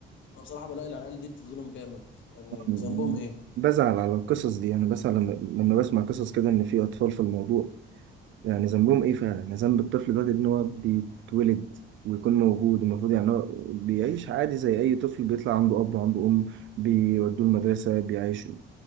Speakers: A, on the left; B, on the right.
A: انا بصراحه بلاقي العيال دي بتتظلم جامد يعني
B: مم.
A: ذنبهم ايه
B: بزعل على القصص دي أنا بزعل لما لما بسمع قصص كده إن في أطفال في الموضوع يعني ذنبهم إيه فعلا ذنب الطفل ده إن هو بيتولد ويكون موجود المفروض يعني هو بيعيش عادي زي أي طفل بيطلع عنده أب وعنده أم بيودوه المدرسة بيعيشوا